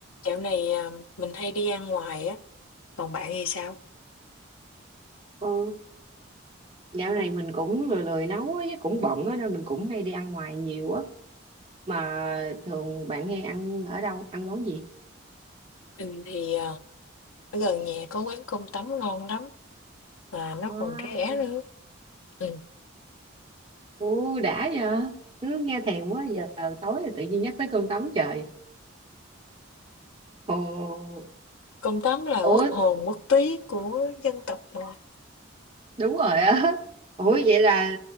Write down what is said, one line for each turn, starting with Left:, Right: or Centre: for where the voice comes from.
Left: Dạo này, à, mình hay đi ăn ngoài á, còn bạn thì sao?
Right: Ồ, dạo này mình cũng lười lười nấu á, với cũng bận á nên mình cũng hay đi ăn ngoài nhiều á. Mà thường bạn hay ăn ở đâu, ăn món gì?
Left: Mình thì, ờ, ở gần nhà có quán cơm tấm ngon lắm, mà nó
Right: Wow.
Left: còn rẻ nữa. Ừm,
Right: Ồ, đã giờ, cứ nghe thèm quá giờ tối rồi tự nhiên nhắc tới cơm tấm trời. Ồ,
Left: cơm tấm là
Right: ủa,
Left: quốc hồn quốc túy của dân tộc mà.
Right: đúng rồi á. Ủa vậy là